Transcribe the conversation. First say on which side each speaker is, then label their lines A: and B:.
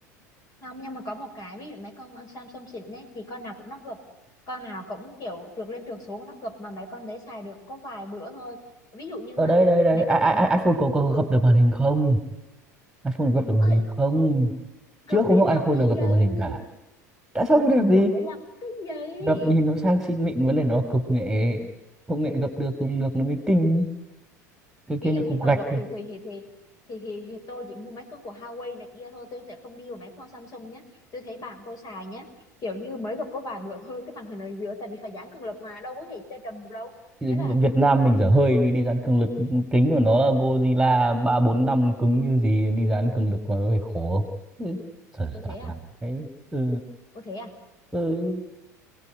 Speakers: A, on the left; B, in the centre.
A: không nhưng mà có một cái ví dụ mấy con Samsung xịn ấy thì con nào cũng nắp gập con nào cũng kiểu trượt lên trượt xuống nắp gập mà mấy con đấy xài được có vài bữa thôi ví dụ như
B: ở
A: á
B: đây đây đây
A: mấy
B: I, I,
A: con để mâm
B: I- iPhone có, có gập được màn hình không iPhone gập được màn
A: ơi
B: hình không
A: gập
B: trước không
A: để
B: có
A: làm
B: iPhone
A: cái
B: nào gập
A: gì
B: được màn hình cả tại sao không đẹp gì
A: gập để làm cái gì
B: gập nhìn nó sang xịn mịn vấn đề nó công nghệ công nghệ gập được dùng được nó mới kinh cái
A: ví
B: kia
A: dụ
B: như
A: như
B: cục
A: mà
B: gạch
A: gập thì
B: ấy.
A: thì thì thì thì, thì, thì tôi chỉ mua mấy con của Huawei này kia thôi tôi sẽ không đi vào mấy con Samsung nhé tôi thấy bạn tôi xài nhé kiểu như mới gập có vài bữa thôi cái màn hình ở giữa tại vì phải giãn cường lực mà đâu có thể chơi trầm được đâu
B: Thì
A: thế là
B: Việt Nam
A: nó
B: mình dở hơi mình đi dán cường lực kính của nó là Godzilla ba bốn năm cứng như gì đi dán cường lực mà hơi khổ Ừ. sợ
A: có
B: toàn
A: thế à
B: là cái ừ,
A: có thế à
B: ừ.